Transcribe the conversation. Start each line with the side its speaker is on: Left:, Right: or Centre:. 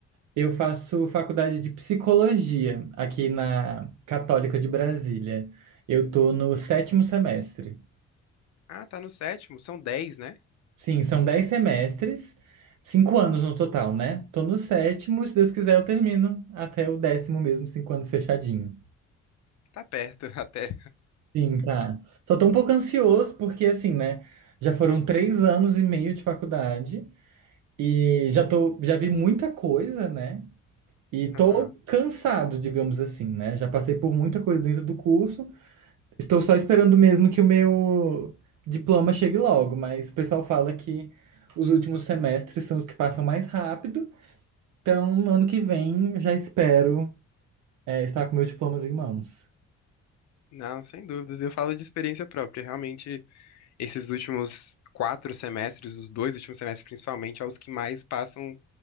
Right: Eu faço faculdade de psicologia aqui na Católica de Brasília. Eu tô no sétimo semestre.
Left: Ah, tá no sétimo, são dez, né?
Right: Sim, são dez semestres, cinco anos no total, né? Tô no sétimo, se Deus quiser, eu termino até o décimo mesmo, cinco anos fechadinho.
Left: Tá perto <laughs> até.
Right: Sim, tá. Só tô um pouco ansioso porque, assim, né? Já foram três anos e meio de faculdade e já tô, já vi muita coisa, né? E tô
Left: Aham.
Right: cansado, digamos assim, né? Já passei por muita coisa dentro do curso. Estou só esperando mesmo que o meu diploma chegue logo, mas o pessoal fala que os últimos semestres são os que passam mais rápido. Então, no ano que vem, eu já espero, é, estar com meu diploma em mãos.
Left: Não, sem dúvidas. Eu falo de experiência própria. Realmente, esses últimos quatro semestres, os dois últimos semestres principalmente, é os que mais passam